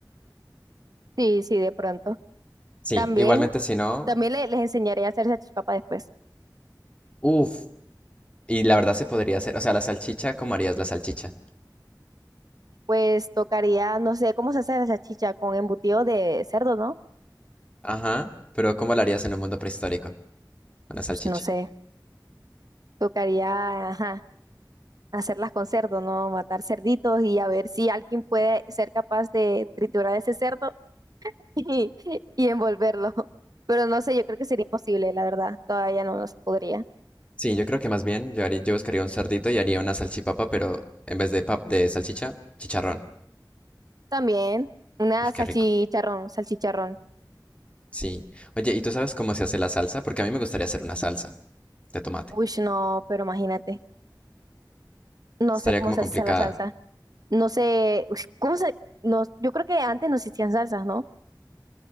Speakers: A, on the right; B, on the left.
A: Sí, sí, de pronto.
B: Sí,
A: También,
B: igualmente si no,
A: también le- les enseñaré a hacer salchipapa después.
B: uff, y la verdad se podría hacer, o sea, la salchicha, ¿cómo harías la salchicha?
A: Pues tocaría, no sé, ¿cómo se hace la salchicha? Con embutido de cerdo, ¿no?
B: Ajá, pero ¿cómo la harías en un mundo prehistórico? Una salchicha.
A: Pues no sé. Tocaría, ajá. hacerlas con cerdo, ¿no? Matar cerditos y a ver si alguien puede ser capaz de triturar ese cerdo <laughs> y, y envolverlo. Pero no sé, yo creo que sería imposible, la verdad. Todavía no, no se podría.
B: Sí, yo creo que más bien yo, haría, yo buscaría un cerdito y haría una salchipapa, pero en vez de, pap de salchicha, chicharrón.
A: También una
B: Uf,
A: salchicharrón,
B: qué rico.
A: salchicharrón.
B: Sí. Oye, ¿y tú sabes cómo se hace la salsa? Porque a mí me gustaría hacer una salsa de tomate.
A: Uy, no, pero imagínate. No
B: Estaría
A: sé cómo
B: como
A: se
B: complicada.
A: hace esa la salsa. No sé, uy, ¿cómo se...? No, yo creo que antes no existían salsas, ¿no?